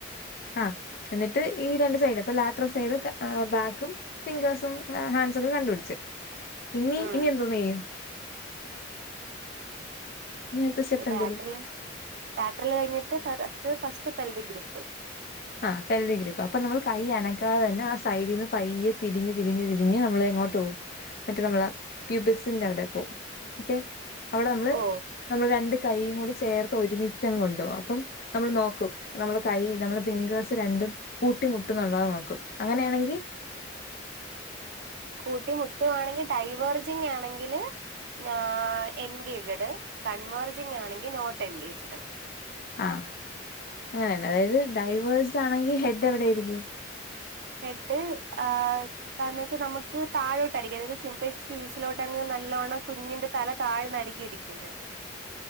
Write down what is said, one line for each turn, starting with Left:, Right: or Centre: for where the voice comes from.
Left: ആഹ് എന്നിട്ട് ഈ രണ്ട് സൈഡും ഇപ്പൊ ലാട്ടർ സൈഡൊക്കെ ഏഹ് ബാക്കും ഫിംഗേഴ്സും ആഹ് ഹാൻഡസൊക്കെ കണ്ടുട്ച്ച് ഇനി
Right: ഉം
Left: ഇനി എന്തോന്നെയ്യും ഇനി അടുത്ത സ്റ്റെപ്പ്
Right: യെ ബാറ്റർല്
Left: എന്തര്
Right: ബാറ്റർല് കഴിഞ്ഞിട്ട് <unintelligible> ഫസ്റ്റ് പെൽവി ഗ്രിപ്പ്
Left: ആഹ് പെൽവിൻ ഗ്രിപ്പ് അപ്പൊ നമ്മള് കൈ അനക്കാതെ തന്നെ ആ സൈഡീന്ന് പയ്യെ തിരിഞ്ഞ് തിരിഞ്ഞ് തിരിഞ്ഞ് നമ്മള് എങ്ങോട്ട് പോവും മറ്റെ നമ്മള് പ്യൂബസിന്റെ അവടെ പോവും ഒക്കെ അവിടെ നമ്മള്
Right: ഓ
Left: നമ്മള് രണ്ട് കൈയും കൂടി ചേർത്ത് ഒരുമിച്ചങ്ങ് കൊണ്ടോവും അപ്പം നമ്മൾ നോക്കും നമ്മള് കൈ നമ്മള് ഫിംഗേഴ്സ് രണ്ടും കൂട്ടിമുട്ടുന്നുട്ടോ നോക്കും അങ്ങനെയാണെങ്കി
Right: കൂട്ടി മുട്ടുവാണെങ്കി ഡൈവെർജിങ്ങാണെങ്കില് ഞാ എൻഗേജ്ഡ് കൺവെർജിങ്ങാണെങ്കില് നോട്ട് എൻഗേജ്ഡ്
Left: ആഹ് അങ്ങനന്നെ അതായത് ഡൈവെസ്ഡാണെങ്കി ഹെഡ് എവിടെ ആയിരിക്ക്യും
Right: ഹെഡ് ആഹ് താഴ്ന്ന്ച്ചാല് നമ്മക്ക് താഴോട്ടായിരിക്കും അതായത് സിമ്പേഴ്സ് സിവിസിലോട്ടങ്ങ് നല്ലോണ്ണം കുഞ്ഞിന്റെ തല താഴ്ന്നായിരിക്കും ഇരിക്കിന്നെ